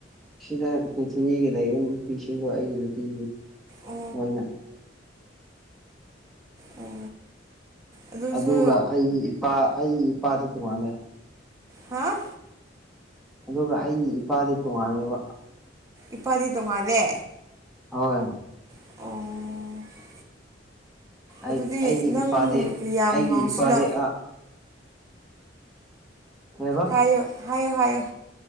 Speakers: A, in the centre; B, on the right.
A: ꯁꯤꯅ ꯄꯨꯟꯊꯕꯤꯒꯤꯗ ꯏꯕꯨꯡ ꯅꯨꯄꯤꯁꯤꯡꯗꯣ ꯑꯩꯒꯤꯗ ꯄꯤꯔꯤ
B: ꯑꯣ
A: ꯃꯣꯏꯅ
B: ꯑꯣ ꯑꯗꯨꯁꯨ
A: ꯑꯗꯨꯒ ꯑꯩꯒꯤ ꯏꯄꯥ ꯑꯩꯒꯤ ꯏꯄꯥꯗꯤ ꯇꯣꯉꯥꯟꯜꯂꯦ
B: ꯍꯥꯥ
A: ꯑꯗꯨꯒ ꯑꯩꯒꯤ ꯏꯄꯥꯗꯤ ꯇꯣꯡꯉꯥꯜꯂꯦꯕ
B: ꯏꯄꯥꯗꯤ ꯇꯣꯡꯉꯥꯜꯂꯦ
A: ꯍꯣꯏ
B: ꯑꯣ
A: ꯑꯩ
B: ꯑꯗꯨꯗꯤ
A: ꯑꯩꯒꯤ
B: ꯅꯪ
A: ꯏꯄꯥꯗꯤꯦ
B: ꯌꯥꯝ
A: ꯑꯩꯒꯤ
B: ꯉꯥꯎꯁꯤꯅ
A: ꯏꯄꯥꯗꯤ ꯑꯥ ꯀꯩꯕ
B: ꯍꯥꯏꯌꯨ ꯍꯥꯏꯌꯨ ꯍꯥꯏꯌꯨ